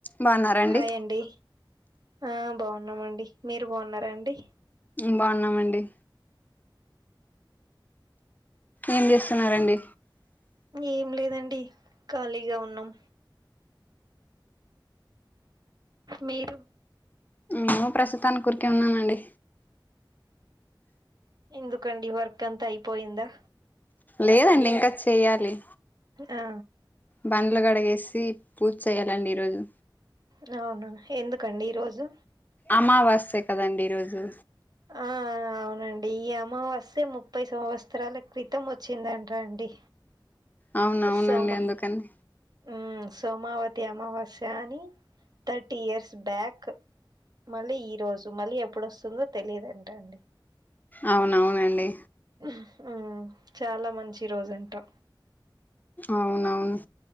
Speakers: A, on the left; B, on the right.
A: బాగున్నారండి
B: హాయ్ అండి ఆ బావున్నామండి మీరు బావున్నారాండి
A: బావున్నామండి ఏం చేస్తున్నరండి
B: ఏం లేదండి ఖాళీగా ఉన్నాం మీరు
A: నేను ప్రస్తుతానికి ఉరికే ఉన్నానండి
B: ఎందుకండి వర్క్ అంతా అయిపోయిందా
A: లేదండి ఇంకా చెయ్యాలి
B: ఆ..
A: బండ్ల గడగేసి పూచేయ్యాలండి ఈరోజు...
B: రవునా ఎందుకండి ఈరోజు...
A: అమావాస్య కదండి ఈరోజు..
B: ఆ.. అవునండి ఈ అమావాస్య ముప్పై సంవత్సరాల క్రితం వచ్చిందంట్రా అండి..
A: అవునవునండి
B: సోమ
A: ఎందుకని..
B: ఉమ్ సోమావతి అమావాస్య అని థర్టీ ఇయర్స్ బ్యాక్.. మళ్ళీ ఈ రోజు మళ్ళీ ఎప్పుడోస్తుందో తెలియదంట అండి..
A: అవునవునండి..
B: మ్మ్మ్ చాలా మంచి రోజంటా...
A: అవునవును..